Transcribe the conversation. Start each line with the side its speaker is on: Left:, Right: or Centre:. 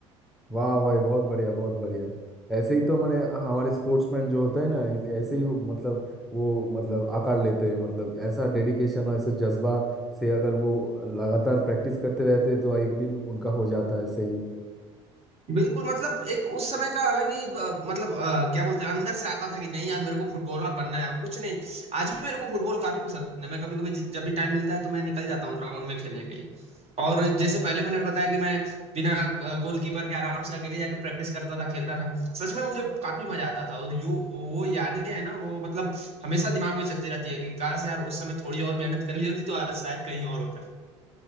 Centre: वाह भाई बहुत बढ़िया बहुत बढ़िया ऐसे ही तो मैंने हमारे स्पोर्ट्समैन जो होते हैं ना ऐ- ऐसे ही हो- मतलब वो मतलब आकार लेते हैं मतलब ऐसा डेडिकेशन और ऐसा जज्बा से अगर वो लगातार प्रैक्टिस करते रहते हैं, तो एक दिन उनका हो जाता है सही
Right: बिल्कुल मतलब एक उस समय का अलग ही अ, मतलब अ, क्या बोलते हैं अंदर से आता था कि नहीं यार मेरे को फुटबॉलर बनना है और कुछ नहीं आज भी मेरे को फुटबॉल काफी पसंद है मैं कभी कभी जब भी टाइम मिलता है तो मैं निकल जाता हूँ ग्राउंड में खेलने के लिए और जैसे पहले मैंने बताया कि मैं बिना अ, गोलकीपर के आराम से अकेले जाके प्रैक्टिस करता था खेलता था सच में मुझे काफी मजा आता था और यू वो यादें हैं ना वो मतलब हमेशा दिमाग में चलती रहती है कि काश यार उस समय थोड़ी और मेहनत कर ली होती तो आज शायद कहीं और होता